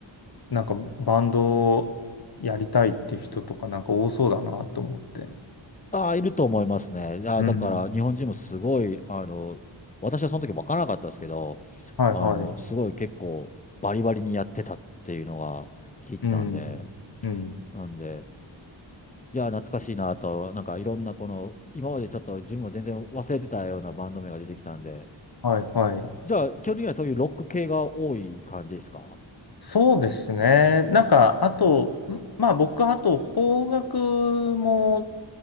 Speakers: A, on the left; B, on the left.
A: なんかバンドをやりたいって人とかなんか多そうだなと思って。
B: ああ、いると思いますね。ああ、
A: うん。
B: だから日本人もすごい、あの、私はその時分からなかったですけど、
A: はいはい。
B: あの、すごい結構バリバリにやってたっていうのが聞いてたんで、
A: うん。うん。
B: なんで、いや、懐かしいなと、なんかいろんなこの、今までちょっと自分も全然忘れてたようなバンド名が出てきたんで、
A: はいはい。
B: じゃあ、基本的にはそういうロック系が多い感じですか
A: そうですね。なんか、あと、んまあ僕、あと、邦楽も